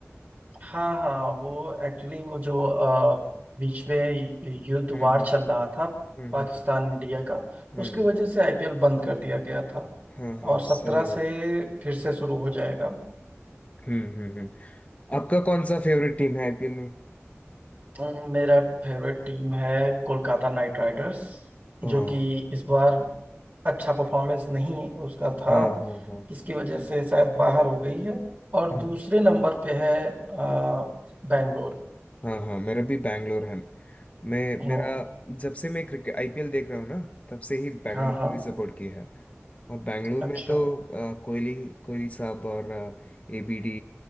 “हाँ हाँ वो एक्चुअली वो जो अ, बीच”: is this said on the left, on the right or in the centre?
Right